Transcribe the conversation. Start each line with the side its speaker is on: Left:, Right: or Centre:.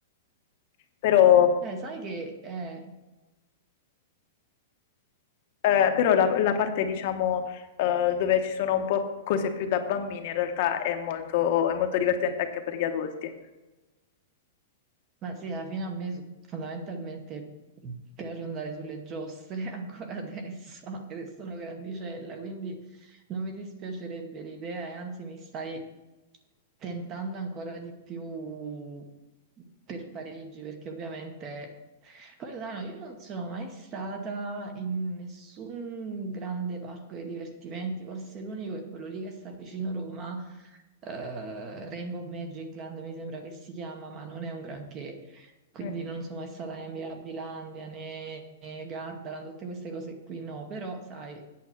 Left: però,
Right: Eh, sai che... eh,
Left: eh, però la, la parte diciamo eh, dove ci sono un po' cose più da bambini in realtà è molto è molto divertente anche per gli adulti.
Right: ma sì, alla fine a me su- fondamentalmente piace andare sulle giostre <laughs> ancora adesso, anche se sono grandicella, quindi... Non mi dispiacerebbe l'idea e anzi mi stai tentando ancora di più per Parigi, perché ovviamente... Poi, Milano, io non sono mai stata in nessun grande parco dei divertimenti, forse l'unico è quello lì che sta vicino Roma, eh, Rainbow Magic Land mi sembra che si chiama, ma non è un granché. Quindi
Left: Mm.
Right: non sono mai stata né a Mirabilandia né né Gardaland, tutte queste cose qui no, però sai,